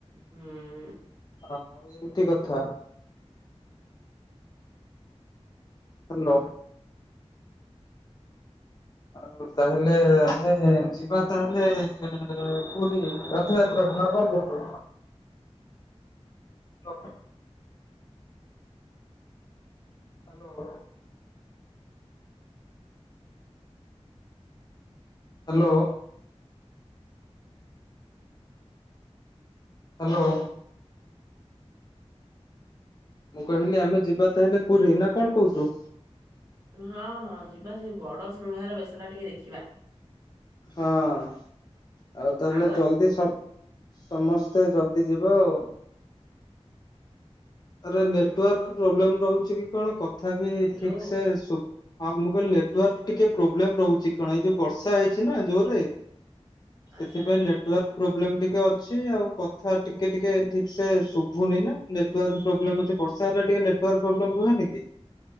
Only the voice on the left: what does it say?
ଆଉ ଏମତି କଥା। ହାଲୋ ଆଉ ତାହେଲେ ଆମେ ଯିବା ତାହେଲେ ପୁରୀ। ରଥଯାତ୍ରାକୁ ନା କଣ କହୁଚୁ? Hello hello. ହାଲୋ। ହାଲୋ। ମୁଁ କହିଲି ଆମେ ଯିବା ତାହେଲେ ପୁରୀ ନା କଣ କହୁଚୁ?
ହଁ ଆଉ ତାହେଲେ
ଜଲଦି ସ ସମସ୍ତେ ଜଲଦି ଯିବା ଆଉ। ଆରେ ନେଟୱାର୍କ୍ ପ୍ରୋବ୍ଲେମ ରହୁଚି କି କଣ କଥା ତଥାପି
ଠିକସେ ଶୁ ହଁ ମୁଁ କହିଲ ନେଟୱାର୍କ ଟିକେ ପ୍ରୋବ୍ଲେମ ରହୁଚି କଣ ଏଇ ଯୋଉ ବର୍ଷା ହେଇଚି ଚିନା ଜୋରେ ସେଥିପାଇଁ
ନେଟୱାର୍କ୍ ପ୍ରୋବ୍ଲେମ ଟିକେ ଅଛି ଆଉ କଥା ଟିକେ ଟିକେ ଠିକସେ ଶୁଭୁନି ନା ନେଟୱର୍କ୍ ପ୍ରୋ ପ୍ରୋବ୍ଲେମ ହୋଉଚି ବର୍ଷା ହେଲେ ଟିକେ ନେଟୱାର୍କ ପ୍ରୋବ୍ଲେମ ହୁଏନି କି?